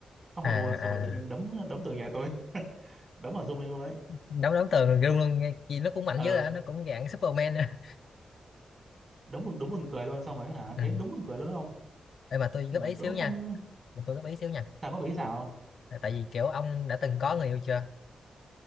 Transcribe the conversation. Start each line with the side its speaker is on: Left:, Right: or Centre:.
Right: khóc
Left: à
Right: hu
Left: à
Right: hu xong rồi tự nhiên đấm đấm từ nhà tôi <laughs> đấm vào rung lên luôn đấy
Left: đấu đấu tường rồi luôn luôn nghe gì nó cũng mạnh
Right: ờ
Left: dữ à nó cũng dạng Superman á.
Right: đúng buồn- đúng buồn cười luôn xong rồi hả
Left: ừ.
Right: thấy đúng buồn cười luôn đó không
Left: Ê, mà tôi
Right: ừ,
Left: góp ý
Right: tôi
Left: xíu
Right: cũng không
Left: nha mà tôi góp ý xíu nha
Right: thà có bị sao không
Left: Là tại vì kiểu ông đã từng có người yêu chưa